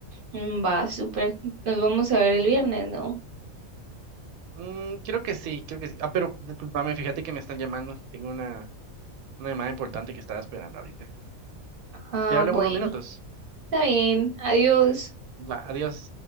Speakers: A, on the right; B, on the right.
A: Mm, Va, súper. Nos vamos a ver el viernes, ¿no?
B: Mm, creo que sí, creo que sí. Ah, pero discúlpame, fíjate que me están llamando. Tengo una, una llamada importante que estaba esperando ahorita.
A: Ah,
B: Te hablo
A: bueno.
B: en unos minutos.
A: Está bien. Adiós.
B: Va, adiós.